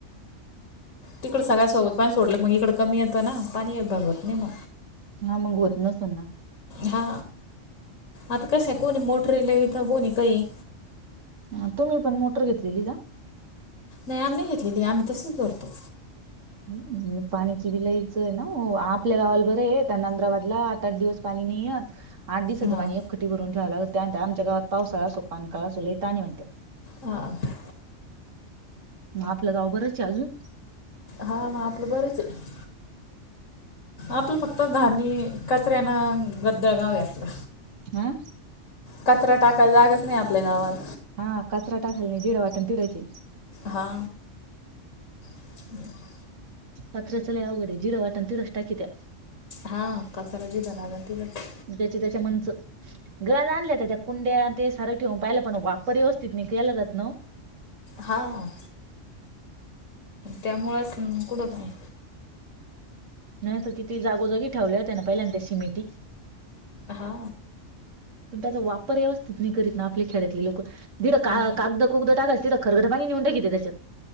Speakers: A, on the left (about 85°); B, on the right (about 85°).
A: तिकडं सगळ्या सोबत पाणी सोडलं मग इकडं कमी येतं ना पाणी हे भगवत नाही म.
B: ना मग घोत नसलं ना.
A: हा आता कशा कोणी मोटरी लावीता कोणी काही.
B: हां तुम्ही पण मोटर घेतलेली का?
A: नाही आम नई घेतलेली आम्ही तसंच भरतो.
B: अंहं पाण्याची बि लईचये ना वो आपल्या गावाला बरंये त्या नंद्राबादला. ताठ दिवस पाणी नाही यात. आठ दिसचं
A: हां
B: पाणी एकख्खटी भरून ठेवा लागत त्या म्हंत्या आमच्या गावात पावसाळा असो पानकाळा असो लई ताण ए म्हणत्या.
A: हा काय.
B: म आपलं गाव बरंचे अजून.
A: हां म आपलं बरंचे हाय. आपलं फक्त घाणी कचऱ्यान अन गद्दा गाव आहे आपलं.
B: हा
A: कचरा टाकायला जागाच नाही आपल्या गावााल.
B: हा कचरा टाकाल नाही जिढ वाटल तिढचंये.
A: हा, <inaudible>
B: कचऱ्याच लई अवघडे जीढ वाटन तीढच टाकीत्या.
A: हां कचरा जीढ लागल तीढच.
B: ज्याच्या त्याच्या मनचं गद आणल्या त्या. कुंड्यांन ते सारं ठेवून पाहिलं पण वाप्पर यवस्थित नाही केला जात ना वो.
A: हा, त्यामुळेंच मग कुढ काय.
B: नाही आता किती जागोजागी ठेवल्या होत्या ना पहिल्यान त्या सिमिटी.
A: हा,
B: पण त्याचा वापर यवस्थित नई करीत ना आपले खेड्यातले लोक दिढ
A: हां
B: का-कागद. कुगदं टाकायल तीढ खरकट पाणी निवुन टाकीत्या त्याच्यात.